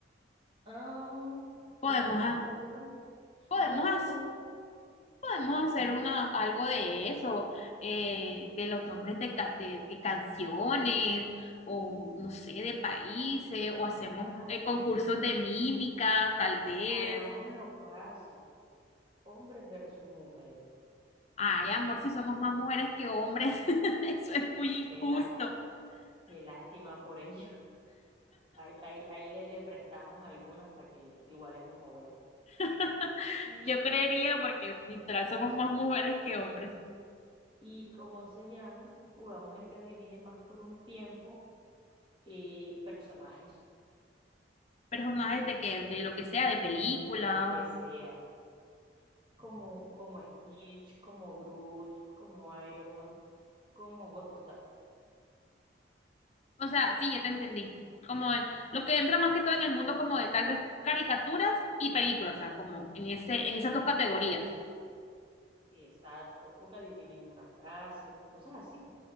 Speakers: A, on the right (about 30°); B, on the left (about 35°).
A: Ah,
B: Podemos,
A: pero también
B: ha-
A: a todo el mundo, le-
B: podemos,
A: a todo el mundo
B: hac-
A: no le gusta.
B: podemos
A: Hagámoslo,
B: hacer una, algo de eso, eh, de los nombres de, ca- de- de canciones, o no sé, de países, o hacemos
A: ha-
B: eh, concursos de mímica, tal vez.
A: hagámoslo fácil. Hombres versus mujeres.
B: Ay, amor, si somos más mujeres que hombres, <laughs> eso es muy
A: Qué
B: injusto.
A: lá- qué lástima por ellos Ahí, ahí, ahí le, le prestamos algunas para que igualemos la vuelta.
B: <laughs>
A: Y,
B: Yo creería porque literal somos más mujeres que hombres.
A: y ¿cómo se llama? Jugamos el que adivine más por un tiempo, eh, personajes,
B: pero Personajes de que, de lo que sea, de películas.
A: de lo que sea, como, como Stitch, como Groot, como Iron Man, como, Hulk, o sea,
B: O sea, sí,
A: cualquier-
B: ya te entendí. Como el- lo que entra más que todo en el mundo como de tal vez caricaturas y películas, o sea, como en ese, en esas dos categorías.
A: exacto, o que adivinen una frase, cosas así.